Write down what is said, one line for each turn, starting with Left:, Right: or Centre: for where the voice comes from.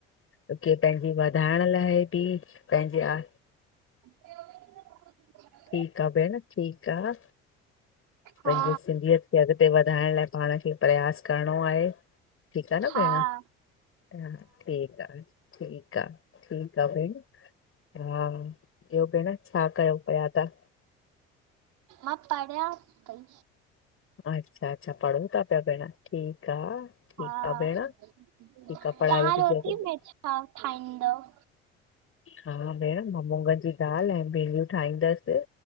Left: के पंहिंजी वधाइण लाइ बि पंहिंजी आ
Right: <inaudible>
Left: ठीकु आ भेण, ठीकु आ पंहिंजो
Right: हा
Left: सिंधियत की अॻिते वधाइण लाइ पाण खे प्रयास करिणो आहे, ठीकु आ न
Right: हा
Left: भेण हा ठीकु आ, ठीकु आ, ठीकु आ भेण हा ॿियो भेण छा कयो पिया तव्हां?
Right: मां पढ़ियां पई
Left: अच्छा, अच्छा पढो था पिया भेण ठीकु आ ठीकु
Right: हा
Left: आ भेण
Right: तव्हां
Left: ठीकु आ पढ़ाई बि
Right: रोटी
Left: ज़रूरी
Right: में छा छा ठाहींदव
Left: हा भेण मां मुूङनि जी दालि ऐं भींडियूं ठाहींदसि। मुङनि